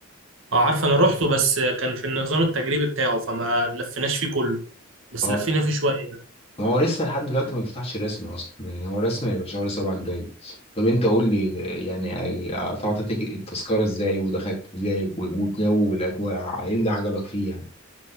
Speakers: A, on the right; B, on the left.
A: اه عارف أنا روحته بس كان في النظام التجريبي بتاعه فما لفيناش فيه كله بس
B: آه.
A: لفينا فيه شوية
B: ما هو لسه لحد دلوقتي ما بيفتحش رسمي اصلا يعني هو رسمي هيبقى شهر سبعة الجاي طب انت قول لي يعني قطعت تيك- التذكرة ازاي ودخلت ازاي و- والجو والاجواء ايه اللي عجبك فيه يعني